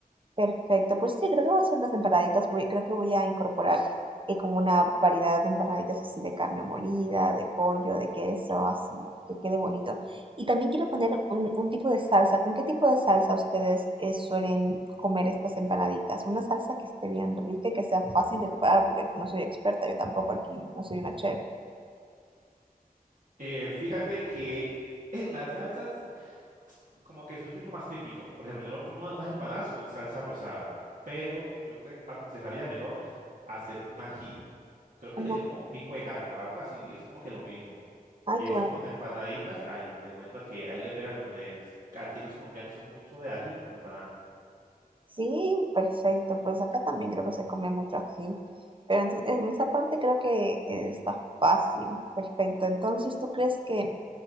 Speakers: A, on the right (about 35°); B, on the right (about 60°).
A: Perfecto, pues sí, creo que voy a hacer unas empanaditas, voy, creo que voy a incorporar eh, como una variedad de empanaditas así de carne molida, de pollo, de queso, así, que quede bonito. Y también quiero poner un, un tipo de salsa. ¿Con qué tipo de salsa ustedes eh, suelen comer estas empanaditas? Una salsa que esté bien rica y que sea fácil de preparar, porque no soy experta, yo tampoco aquí no soy una chef.
B: Eh, fíjate que en las salsas, como que eso es lo más típico. Por ejemplo, yo me como unas empanadas con salsa rosada, pero yo te aconsejaría mejor hacer un ají. Creo que
A: Una-
B: le hice como pico de gallo, algo así, es como que lo mismo.
A: ay,
B: Y
A: qué
B: eso
A: buena
B: con empanaditas, ahí te cuento que ahí le pegas donde es. Aquí los colombianos son mucho de ají con empanada.
A: Sí, perfecto. Pues acá también creo que se come mucho ají. Pero entonces, en esa parte creo que eh, está fácil. Perfecto. Entonces, ¿tú crees que